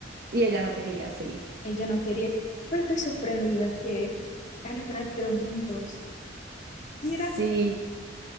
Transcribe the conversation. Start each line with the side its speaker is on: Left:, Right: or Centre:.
Right: Y ella no quería, sí.
Left: ella no quería, pero estoy sorprendida que al final quedó juntos.
Right: Sí,
Left: Mira,